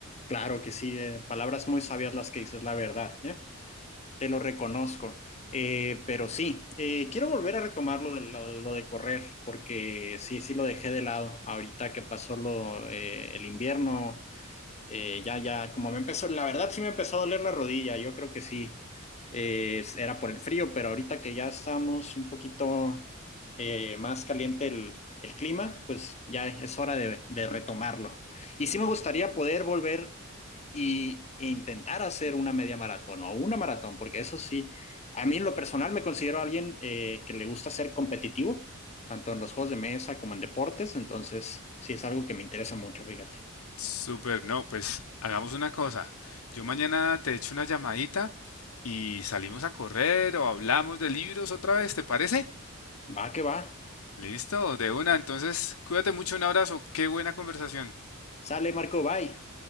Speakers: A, on the left (about 30°); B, on the left (about 75°).
A: Claro que sí, eh, palabras muy sabias las que dices, la verdad, ¿eh? te lo reconozco. Eh, pero sí, eh, quiero volver a retomar lo de, lo, lo de, correr, porque sí, sí lo dejé de lado ahorita que pasó lo, eh, el invierno. eh, ya, ya, como me empezó, la verdad sí me empezó a doler la rodilla, yo creo que sí, eh, era por el frío, pero ahorita que ya estamos un poquito eh, más caliente el, el, clima, pues ya es hora de, de retomarlo. Y sí me gustaría poder volver y e intentar hacer una media maratón o una maratón, porque eso sí, a mí en lo personal me considero alguien eh, que le gusta ser competitivo, tanto en los juegos de mesa como en deportes, entonces sí es algo que me interesa mucho, fíjate.
B: Súper, no, pues hagamos una cosa. Yo mañana te echo una llamadita y salimos a correr o hablamos de libros otra vez, ¿te parece?
A: Va que va.
B: Listo, de una. Entonces, cuídate mucho, un abrazo. Qué buena conversación.
A: Sale Marco, bye.